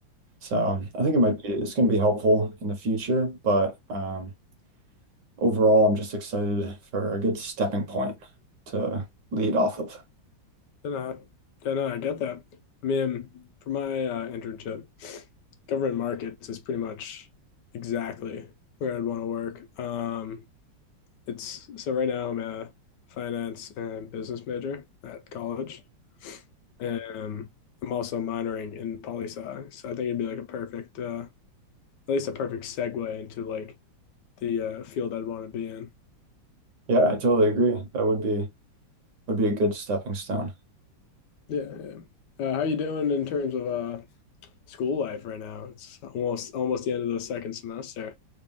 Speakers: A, on the right (about 65°); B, on the left (about 70°).
A: So I think it might be, it's going to be helpful in the future, but um, overall, I'm just excited for a good stepping point to lead off of.
B: then I then I get that. I mean, for my uh, internship, government markets is pretty much exactly where I'd want to work. Um, it's so right now I'm a finance and business major at college. Um, I'm also minoring in poli sci, so I think it'd be like a perfect, uh, at least a perfect segue into like the uh, field I'd want to be in.
A: Yeah, I totally agree. That would be would be a good stepping stone.
B: Yeah, yeah. Uh, how you doing in terms of uh, school life right now? It's almost almost the end of the second semester.